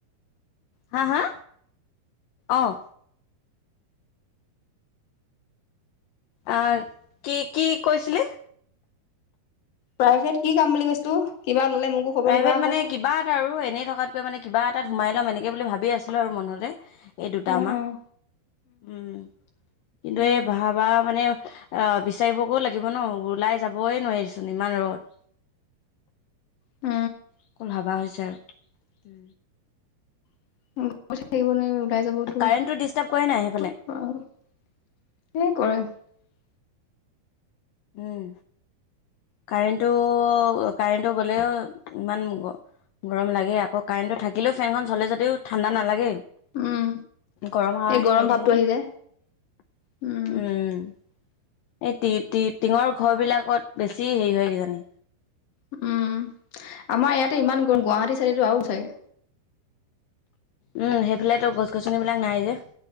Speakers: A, on the left; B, on the left.
A: হা হা আহ। আহ কি কি কৈছিলি।
B: প্ৰাইভেট কি কাম বুলি কৈছিলো কিবা। ওলালে মোকো খবৰ
A: প্ৰাইভেট
B: দিবা আকৌ।
A: মানে কিবা এটা আৰু এনেই থকাতকৈ মানে কিবা এটাত সোমাই ল'ম এনেকে বুলি ভাবি আছিলো আৰু মনত। এই দুতা
B: অ',
A: মা উ কিন্তু এই ভাবা। মানে বিচাৰিবকো লাগিব ন ওলাই যাবই নোৱাৰিচোন ইমান ৰদ।
B: উ
A: অকণ ভবা হৈছে আৰু।
B: থাকিব নোৱাৰি? ওলাই
A: কাৰেণ্টটো ডিষ্টাৰ্ব কৰে নাই
B: যাবতো
A: সেইফালে
B: এনে কৰে।
A: উম কাৰেণ্টটো কাৰেণ্টটো গ'লেও ইমান গ। গৰম লাগে আকৌ কাৰেণ্টটো থাকিলেও ফেনখন চলে যদিও ঠাণ্ডা নালাগে।
B: উম,
A: গৰম হাৱাহে
B: এই
A: মাৰি
B: ভাৱটো
A: থাকে যে।
B: আহি যায় উম,
A: উম এই টি টি টিঙৰ ঘৰ বিলাকত বেছি হেৰি হয় কিজানি।
B: উম আমাৰ ইয়াতে ইমান গম গুৱাহাটী চাইডেটো আৰু চাগে।
A: উম সেইফালেতো গছ গছনিবিলাক নাই যে।